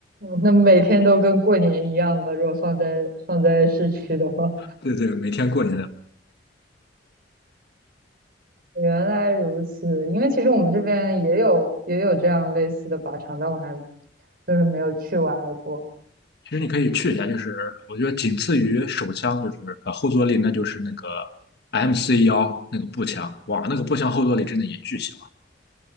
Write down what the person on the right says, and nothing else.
那每天都跟过年一样吧？如果放在放在市区的话，
原来如此，因为其实我们这边也有也有这样类似的靶场，但我还就是没有去玩过。